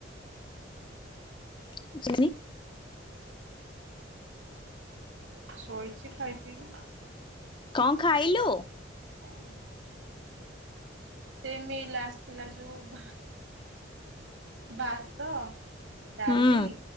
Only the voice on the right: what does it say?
ମୁଁ ଶୋଇଛି ଖାଇ ପିଇକି।
ଓହୋ। ସେ ମିଲ ଆସିଥିଲା ଯୋଉ ଭା ବାତ ଡାଲି,